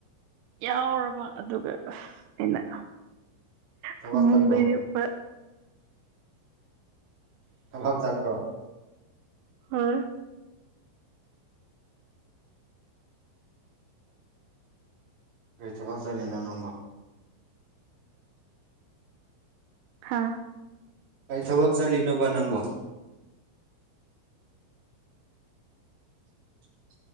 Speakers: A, on the right; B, on the right.
A: ꯌꯥꯎꯔꯕ ꯑꯗꯨꯒ ꯑ ꯑꯩꯅ
B: ꯊꯕꯛ
A: ꯍꯨꯡꯗꯄ
B: ꯆꯠꯄ꯭ꯔꯣ ꯑꯚꯞ ꯆꯠꯄ꯭ꯔꯣ
A: ꯍꯥ
B: ꯀꯔꯤ ꯊꯕꯛ ꯆꯠꯂꯤꯅꯣ ꯅꯪꯕ
A: ꯍꯥꯥ
B: ꯀꯔꯤ ꯊꯕꯛ ꯆꯠꯂꯤꯅꯣꯕ ꯅꯪꯕꯣ <unintelligible>